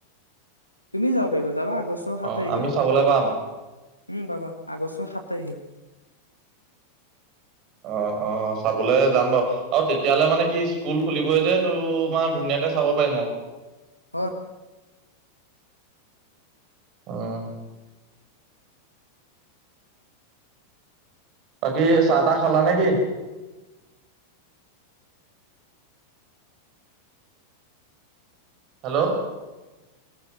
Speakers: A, on the left; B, on the right.
A: তুমি যাব পাৰিবা যাবা আগ ষ্ট সাত
B: অ
A: তাৰিখে
B: আমি চাবলৈ পাম
A: উম পাবা আগষ্টৰ সাত তাৰিখে।
B: অ' অ' চাবলৈ যাম বাৰু। আৰু তেতিয়াহলে মানে কি স্কুল খুলিবই যে তোমাৰ ধুনীয়াকে চাব পাৰিম আৰু।
A: অ'।
B: উম। বাকী চাহ তাহ খালা নে কি? হেল্ল'।